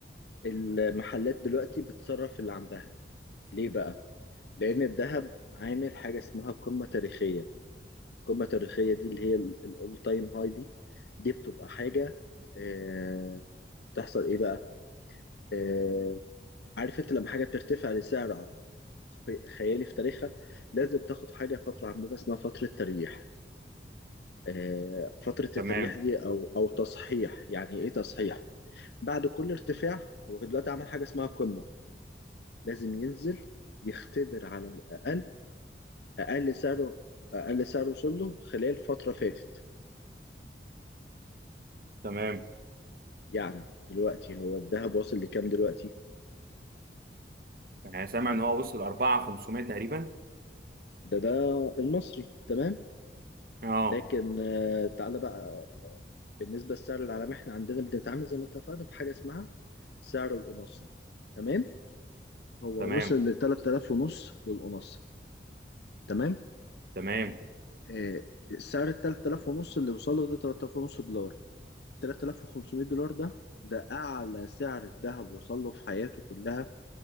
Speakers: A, on the left; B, on the right.
A: المحلات دلوقتي بتصرف اللي عندها ليه بقى؟ لأن الذهب عامل حاجة اسمها قمة تاريخية القمة التاريخية دي اللي هي الأول تايم هاي دي دي بتبقى حاجة آه، بتحصل إيه بقى؟ آه، عارف أنت لما حاجة بترتفع لسعر ع- خيالي في تاريخها لازم تاخد حاجة فترة عندنا اسمها فترة تريح آه، فترة
B: تمام
A: التريح دي أو أو تصحيح يعني إيه تصحيح؟ بعد كل ارتفاع هو دلوقتي عمل حاجة اسمها قمة لازم ينزل يختبر على الأقل أقل سعره أقل سعره وصل له خلال فترة فاتت
B: تمام
A: يعني دلوقتي هو الذهب واصل لكام دلوقتي؟
B: انا سامع ان هو وصل 4 500 تقريبا
A: ده ده المصري تمام
B: اه
A: لكن آه، تعالى بقى بالنسبة للسعر العالمي احنا عندنا بنتعامل زي ما اتفقنا بحاجة اسمها سعر الأونصة تمام هو
B: تمام
A: وصل ل 3000 ونص للأونصة تمام
B: تمام
A: آه، سعر ال 3000 ونص اللي وصل له ده 3000 ونص دولار $3500 ده ده أعلى سعر الذهب وصل له في حياته كلها